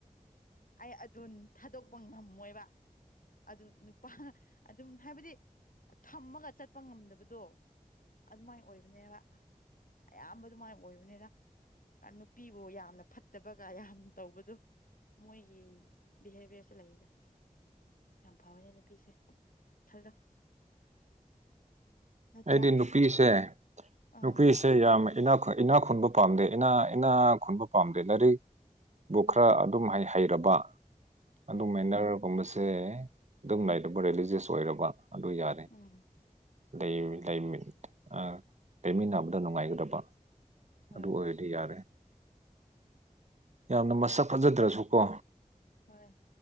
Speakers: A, on the left (about 75°); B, on the right (about 55°).
A: ꯑꯩ ꯑꯗꯨꯟ ꯊꯥꯗꯣꯛꯄ ꯉꯝꯃꯣꯏꯕ ꯑꯗꯨ ꯅꯨꯄꯥ ꯑꯗꯨꯝ ꯍꯥꯏꯕꯗꯤ ꯊꯝꯃꯒ ꯆꯠꯄ ꯉꯝꯗꯕꯗꯣ ꯑꯗꯨꯃꯥꯏ ꯑꯣꯏꯕꯅꯦꯕ ꯑꯌꯥꯝꯕ ꯑꯗꯨꯃꯥꯏ ꯑꯣꯏꯕꯅꯦꯗ ꯅꯨꯄꯤꯕꯨ ꯌꯥꯝꯅ ꯐꯠꯇꯕꯒ ꯌꯥꯝ ꯇꯧꯕꯗꯨ ꯃꯣꯏꯒꯤ ꯕꯤꯍꯦꯕꯤꯌꯦꯔꯁꯦ ꯂꯩꯌꯦꯗ ꯌꯥꯝ ꯐꯕꯅꯦ ꯅꯨꯄꯤꯁꯦ ꯈꯜꯂꯣ ꯅꯠꯇ꯭ꯔꯥ
B: ꯑꯩꯗꯤ ꯅꯨꯄꯤꯁꯦ
A: ꯑꯥ
B: ꯅꯨꯄꯤꯁ ꯁꯦ ꯌꯥꯝ ꯏꯅꯥꯛꯈꯨꯟ ꯏꯅꯥꯛ ꯈꯨꯟꯕ ꯄꯥꯝꯗꯦ ꯏꯅꯥ ꯏꯅꯥ ꯈꯨꯟꯕ ꯄꯥꯝꯗꯦ ꯂꯥꯏꯔꯤꯛ ꯕꯨ ꯈ꯭ꯔꯥ ꯑꯗꯨꯝ ꯍꯩ ꯍꯩꯔꯕ
A: ꯎꯝ
B: ꯑꯗꯨ ꯃꯦꯟꯅꯔ ꯒꯨꯝꯕꯁꯦ ꯗꯨꯝ ꯂꯩꯔꯕ ꯔꯦꯂꯤꯖꯁ ꯑꯣꯏꯔꯕ ꯑꯗꯨ ꯌꯥ
A: ꯎꯝ
B: ꯂꯩ ꯂꯩꯃꯤ ꯑꯥ ꯂꯩꯃꯤꯟꯅꯕꯗ ꯅꯨꯡꯉꯥꯏꯒꯗꯕ
A: ꯍꯣꯏ
B: ꯑꯗꯨ ꯑꯣꯏ ꯗꯤ ꯌꯥꯔꯦ ꯌꯥꯝꯅ ꯃꯁꯛ ꯐꯖꯗ꯭ꯔꯥꯁꯨ ꯀꯣ
A: ꯍꯣꯏ